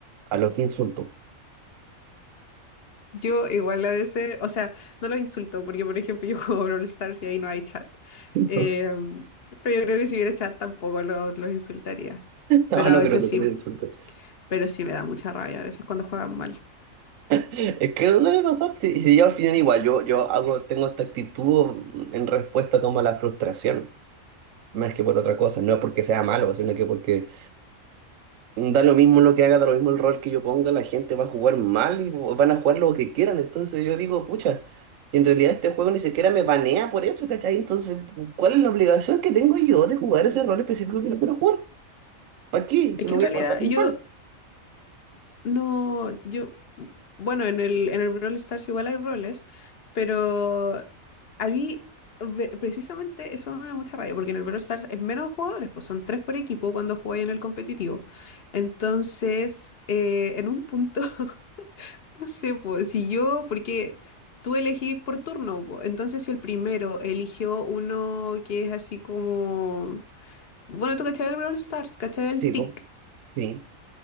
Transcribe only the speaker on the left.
Yo igual a veces, o sea, no los insulto, porque por ejemplo <laughs> yo juego Brawl Stars y ahí no hay chat.
Em, pero yo creo que si hubiera chat tampoco lo- los insultaría.
Pero
a veces
sí,
pero sí me da mucha rabia a veces cuando juegan mal.
Es que
en
realidad
yo No, yo, bueno, en el, en el Brawl Stars igual hay roles, pero a mí ve- precisamente eso me da mucha rabia, porque en el Brawl Stars es menos jugadores, pues son tres por equipo cuando jugáis en el competitivo. Entonces, eh, en un punto, <laughs> no sé, pues si yo, porque tú elegís por turno, po, entonces si el primero eligió uno que es así como, bueno, tú cachai el Brawl Stars, cachai el
TIC.